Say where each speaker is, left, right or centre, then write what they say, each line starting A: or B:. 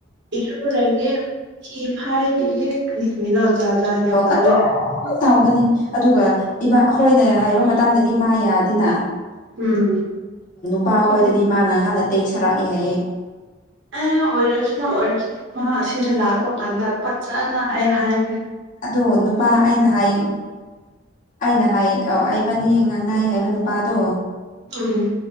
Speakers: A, on the right; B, on the left.
A: ꯏꯔꯦ ꯁꯤꯤ ꯐꯥꯏꯗꯤ ꯌꯦꯔꯣ ꯖꯥꯠ ꯖꯥꯠ ꯌꯥꯝ ꯇꯧꯋꯦ
B: ꯑ ꯇꯥꯎꯒꯅꯤ ꯑꯗꯨꯒ ꯏ ꯑꯩꯈꯣꯏꯅ ꯍꯥꯏꯕ ꯃꯇꯝꯗꯗꯤ ꯃꯥ ꯌꯥꯗꯦꯅ
A: ꯎꯝ
B: ꯅꯨꯄꯥ ꯍꯣꯏꯗꯗꯤ ꯃꯥꯅ ꯍꯥꯟꯅ ꯇꯦꯛ ꯁꯥꯔꯛꯑꯦ ꯍꯥꯏꯌꯦꯦ
A: ꯑꯦ ꯑꯣꯏꯔꯁꯤꯅ ꯑꯣꯏꯔꯁꯤꯅ ꯑꯁꯤꯗ ꯂꯥꯛꯄ ꯀꯥꯟꯗ ꯐꯖꯅ ꯑꯩ ꯍꯥꯏꯈ꯭ꯔꯦ
B: ꯑꯗꯣ ꯅꯨꯄꯥ ꯑꯩꯅ ꯍꯥꯏꯌꯦ ꯑꯩꯅ ꯍꯥꯏ ꯑ ꯑꯩꯕꯅꯤ ꯉꯥꯡꯅꯥꯏ ꯍꯥꯏꯕ ꯅꯨꯄꯥꯗꯣ
A: ꯑꯝ